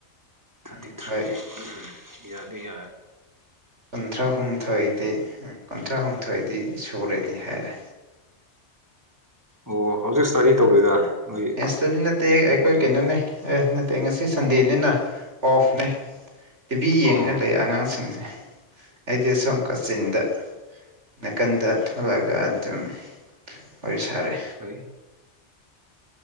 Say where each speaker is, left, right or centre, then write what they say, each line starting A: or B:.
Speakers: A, on the right; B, on the right.
A: ꯎꯝ
B: ꯇꯤ ꯊ꯭ꯔꯤꯗꯤ
A: ꯍꯣꯏ
B: ꯌꯥꯗꯤ ꯌꯥꯔꯦ
A: ꯀꯨꯟꯊ꯭ꯔꯥꯍꯨꯝꯊꯣꯏꯗꯤ ꯀꯨꯟꯊ꯭ꯔꯥꯍꯨꯝꯊꯣꯏꯗꯤ ꯁꯨꯔꯦꯅꯤ ꯍꯥꯏꯔꯦ
B: ꯑꯣ ꯍꯧꯖꯤꯛ ꯁ꯭ꯇꯥꯗꯤ ꯇꯧꯔꯤꯔꯥ ꯅꯣꯏ
A: ꯑꯦꯁꯇꯥꯗꯤ ꯅꯠꯇꯦ ꯑꯩꯈꯣꯏ
B: ꯕꯣꯔꯗꯤꯡ
A: ꯀꯩꯅꯣꯅꯦ ꯑꯦ ꯅꯠꯇꯦ ꯉꯁꯤ ꯁꯟꯗꯦꯅꯤꯅ ꯑꯣꯐꯅꯦ ꯇꯤꯚꯤ ꯌꯦꯡꯉꯒ
B: ꯑꯣ
A: ꯂꯩ ꯑꯉꯥꯡꯁꯤꯡꯁꯦ ꯑꯩꯗꯤ ꯑꯁꯣꯝ ꯀꯥꯆꯤꯟꯗ ꯅꯥꯀꯟꯗ ꯊꯣꯛꯂꯛꯒ ꯑꯗꯨꯝ ꯋꯥꯔꯤ ꯁꯥꯔꯦ
B: ꯐꯩ